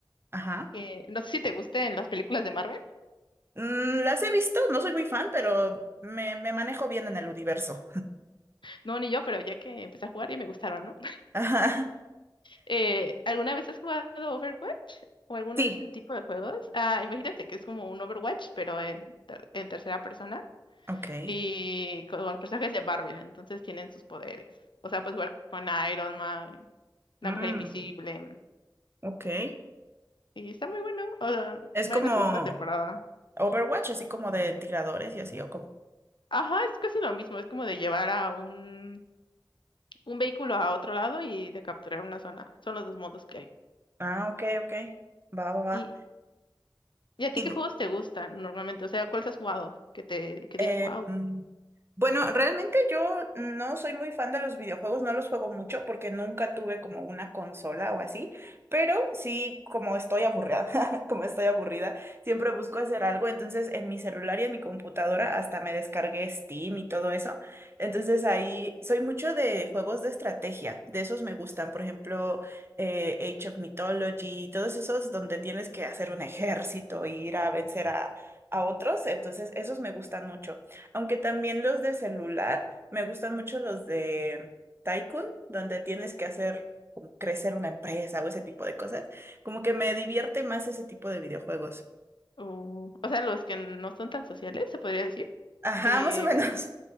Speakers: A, on the right; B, on the left.
A: Ajá.
B: que no sé si te gusten las películas de Marvel.
A: Mm, las he visto, no soy muy fan, pero me, me manejo bien en el universo.
B: No, ni yo, pero ya que empecé a jugar ya me gustaron, ¿no? <laughs>
A: <laughs> Ajá.
B: Eh, ¿alguna vez has jugado Overwatch o alguno
A: Sí,
B: de ese tipo de juegos? Ah, imagínate que es como un Overwatch, pero en ter- en tercera persona.
A: Ok.
B: y con los personajes de Marvel, entonces tienen sus poderes. O sea, pues igual con Iron Man, la
A: Mm,
B: Mujer Invisible,
A: ok.
B: y está muy bueno. o sea,
A: Es como
B: va en la segunda temporada.
A: Overwatch, así como de tiradores y así, o como.
B: Ajá, es casi lo mismo, es como de llevar a un, un vehículo a otro lado y de capturar una zona. Son los dos modos que hay.
A: Ah, ok, ok. Va, va, va.
B: ¿Y, y a ti
A: Y,
B: qué juegos te gustan normalmente? O sea, ¿cuáles has jugado? Que te que
A: eh,
B: digas, wow.
A: mm, Bueno, realmente yo no soy muy fan de los videojuegos, no los juego mucho porque nunca tuve como una consola o así, pero sí, como estoy aburrida, <laughs> como estoy aburrida, siempre busco hacer algo, entonces en mi celular y en mi computadora hasta me descargué Steam y todo eso, entonces ahí soy mucho de juegos de estrategia, de esos me gustan, por ejemplo, eh, Age of Mythology, todos esos donde tienes que hacer un ejército e ir a vencer a... a otros, entonces esos me gustan mucho. Aunque también los de celular, me gustan mucho los de Tycoon, donde tienes que hacer como crecer una empresa o ese tipo de cosas. Como que me divierte más ese tipo de videojuegos.
B: O, o sea, los que no son tan sociales, se podría decir.
A: Ajá,
B: Eh,
A: más o menos.